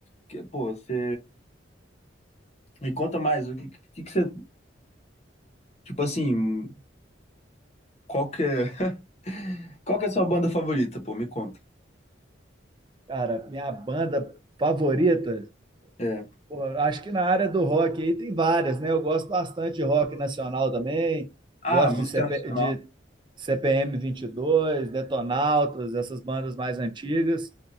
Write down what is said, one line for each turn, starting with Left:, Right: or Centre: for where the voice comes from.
Left: Porque, pô, você. Me conta mais. O que, que, que você. Tipo assim, Qual que é, <laughs> qual que é a sua banda favorita, pô? Me conta.
Right: Cara, minha banda favorita,
Left: É.
Right: pô, acho que na área do rock aí tem várias, né? Eu gosto bastante de rock nacional também,
Left: Ah,
Right: gosto
Left: música
Right: de, C P
Left: nacional.
Right: de C P M vinte e dois Detonautas, essas bandas mais antigas.